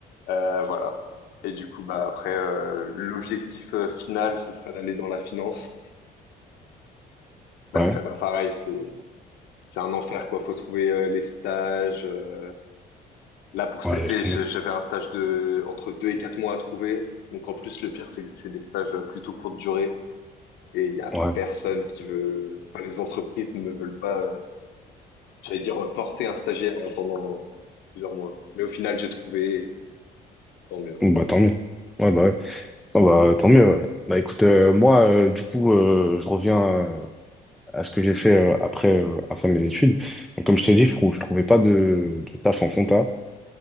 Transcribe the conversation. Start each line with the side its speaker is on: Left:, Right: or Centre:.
Left: Euh, voilà. Et du coup, bah après, euh, l'objectif euh, final, ce serait d'aller dans la finance. Mais
Centre: Ouais.
Left: après, bah pareil, c'est c'est un enfer, quoi. Faut trouver euh, les stages. euh, Là, pour cet
Centre: Ouais, laisse
Left: été,
Centre: tomber.
Left: je- j'avais un stage de entre deux et quatre mois à trouver. Donc, en plus, le pire, c'est que c'est des stages euh, plutôt courte durée et il y a
Centre: Ouais.
Left: personne qui veut, enfin, les entreprises ne veulent pas, euh, j'allais dire, euh, porter un stagiaire euh, pendant plusieurs mois. Mais au final, j'ai trouvé, tant mieux.
Centre: Bon, Bah, tant mieux. Ouais, bah, ouais. Oh, bah, tant mieux, ouais. Bah, écoute, euh, moi, euh, du coup, euh, je reviens euh, à ce que j'ai fait euh, après, euh, après mes études. Donc, comme je t'ai dit, je trou- je trouvais pas de, de taf en compta.